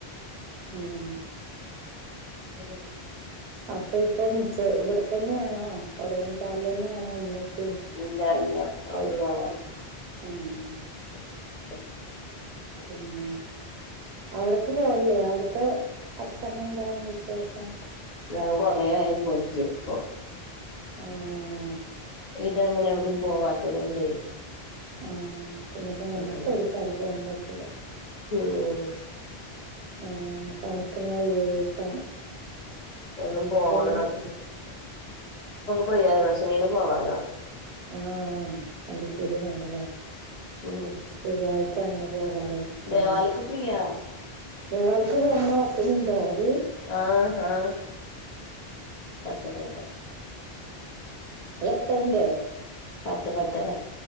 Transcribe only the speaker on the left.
മ്
ഇല്ല <unintelligible>
മ്
ഞാൻ കൊറെയായി പോയിട്ട് ഇപ്പൊ
ഇതങ്ങനെ എവിടയും പോവാത്തത് കൊണ്ടേ
അങ്ങനെ
ഉം
ഒന്നും പോവണം
പ്രിയദർശനീല് പോവാലോ
ഉം
ദേവാലക്ക് ഫ്രീയാ
ആ ആ പത്തരേന്റെ
പത്ത് പത്തര